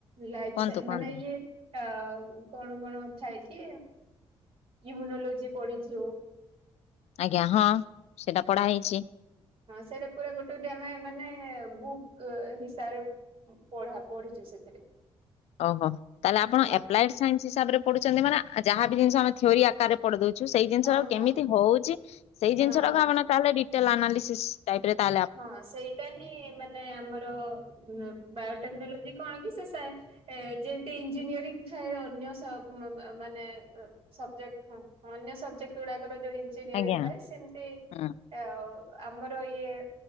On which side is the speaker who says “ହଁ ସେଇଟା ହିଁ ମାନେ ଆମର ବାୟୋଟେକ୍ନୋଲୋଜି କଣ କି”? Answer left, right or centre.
Right